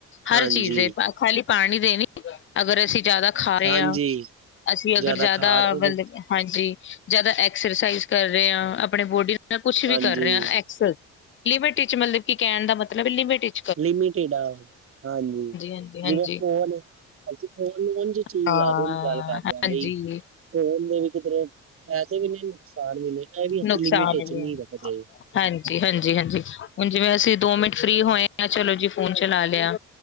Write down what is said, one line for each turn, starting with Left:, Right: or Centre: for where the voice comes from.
Left: ਹਰ
Right: ਹਾਂਜੀ,
Left: ਚੀਜ਼ ਦੇ ਖਾਲੀ ਪਾਣੀ ਦੇ ਨੀ ਅਗਰ ਅਸੀਂ ਜਾਦਾ ਖਾ ਰੇ
Right: ਹਾਂਜੀ
Left: ਆਂ ਅਸੀਂ ਅਗਰ
Right: ਜ਼ਿਆਦਾ
Left: ਜਾਦਾ
Right: ਖਾ ਉਹ
Left: ਮਤਲਬ
Right: ਵੀ
Left: ਹਾਂਜੀ ਜਾਦਾ ਐਕਸਰਸਾਈਜ਼ ਕਰ ਰੇ ਆਂ ਆਪਣੇ ਬੋਡੀ ਯਾ ਕੁਛ ਵੀ
Right: ਹਾਂਜੀ
Left: ਕਰ ਰੇ ਆਂ ਐਕਸੇਸ ਲਿਮਿਟ ਇਚ ਮਤਲਬ ਕਿ ਕੈਨ ਦਾ ਮਤਲਬ ਲਿਮਿਟ 'ਚ
Right: ਲਮਿਟਡ ਆਹੋ ਹਾਂਜੀ
Left: ਹਾਂਜੀ ਹਾਂਜੀ
Right: ਜਿਵੇਂ ਫੋਨ ਏ ਅਸੀਂ ਫੋਨ ਨੂੰ ਉਝ ਚੀਜ਼
Left: ਹਾਂ
Right: ਲਾ ਦੋ ਉਝ ਗੱਲ ਕਰਦੇ
Left: ਹਾਂਜੀ
Right: ਆਂ ਬਈ ਫੋਨ ਦੇ ਵੀ ਕਿਧਰੇ ਫ਼ੈਦੇ ਵੀ ਨੇ, ਨੁਕਸਾਨ ਵੀ ਨੇ ਐ ਵੀ ਅਸੀਂ
Left: ਨੁਕਸਾਨ
Right: ਲਿਮਿਟ ਇਚ
Left: ਵੀ
Right: ਨੀ
Left: ਹੈ।
Right: ਰੱਖਦੇ।
Left: ਹਾਂਜੀ, ਹਾਂਜੀ, ਹਾਂਜੀ। ਹੁਨ ਜਿਵੇਂ ਅਸੀਂ ਦੋ ਮਿੰਟ ਫਰੀ ਹੋਏ ਆਂ ਚਲੋ ਜੀ ਫੋਨ ਚਲਾ ਲਯਾ